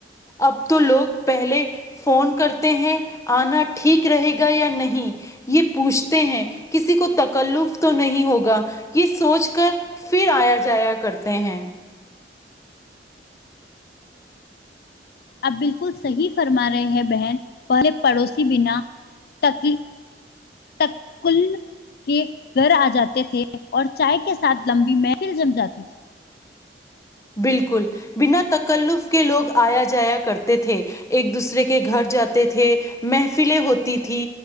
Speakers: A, on the left (about 20°); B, on the left (about 60°).
A: اب تو لوگ پہلے فون کرتے ہیں آنا ٹھیک رہے گا یا نہیں یہ پوچھتے ہیں کسی کو تکلف تو نہیں ہوگا یہ سوچ کر پھر آیا جایا کرتے ہیں
B: اب بالکل صحیح فرما رہے ہیں بہن پہلے پڑوسی بنا تکلیف <unintelligible> کے گھر آ جاتے تھے اور چائے کے ساتھ لمبی محفل جم جاتی تھی
A: بالکل بنا تکلف کے لوگ آیا جایا کرتے تھے ایک دوسرے کے گھر جاتے تھے محفلیں ہوتی تھی